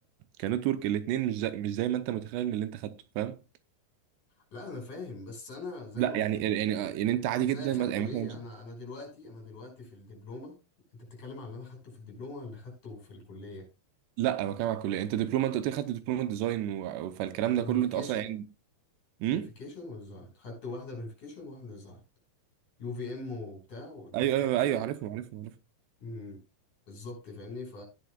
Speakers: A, on the right; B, on the left.
A: كنتورك الاتنين مش زي مش زي ما انت متخيل من اللي انت خدته فاهم
B: لا انا فاهم بس انا زي
A: لا
B: ما قلت
A: يعني
B: لك
A: يعني يعني انت عادي
B: زي
A: جدا
B: اخدته
A: ما- يعني
B: ايه
A: مثلا
B: انا انا دلوقتي انا دلوقتي في الدبلومه انت بتتكلم على اللي انا خدته في الدبلومه ولا خدته في الكليه
A: لا انا بتكلم على الكليه انت دبلومه انت قلت لي خدت دبلومه ديزاين و... فالكلام
B: وفيريفيكيشن
A: ده كله انت اصلا يعني امم
B: فيريفيكيشن وديزاين خدت واحده فيريفيكيشن وواحده ديزاين يو في ام وبتاع ودي
A: ايوه
B: في حته
A: ايوه ايوه أيوه، عارفهم عارفهم عارفهم
B: امم بالظبط فاهمني ف